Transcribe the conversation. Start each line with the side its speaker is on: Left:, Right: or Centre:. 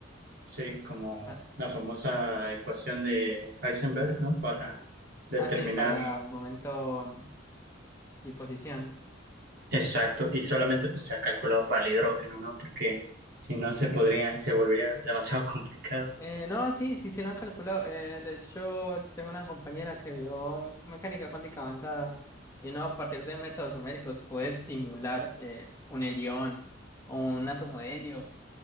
Right: Sí, como
Left: Pa-
Right: la famosa ecuación de Heisenberg, ¿no? Para determinar
Left: Ah, sí para momento mm, y posición.
Right: exacto, y solamente pues se ha calculado para el hidrógeno, ¿no? Porque si no se podría, se volvería demasiado <laughs> complicado.
Left: Eh, no, sí, sí, sí lo han calculado. Eh, de hecho, tengo una compañera que vio mecánica cuántica avanzada y no a partir de métodos numéricos puedes simular eh, un helión o un átomo de helio,